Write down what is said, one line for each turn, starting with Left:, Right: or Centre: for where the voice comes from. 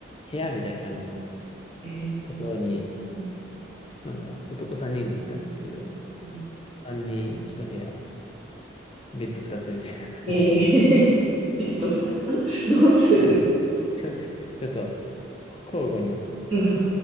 Left: 部屋みたいな感じの
Right: えー、
Left: ところに、
Right: うん、
Left: なんか男3人で行ったんですけど、
Right: うん。
Left: 3人1部屋、ベッド2つみたいな感じで。
Right: えー、<laughs> ベッド2つどうする
Left: <laughs> はい。<laughs> ちょっと、交互に
Right: うん。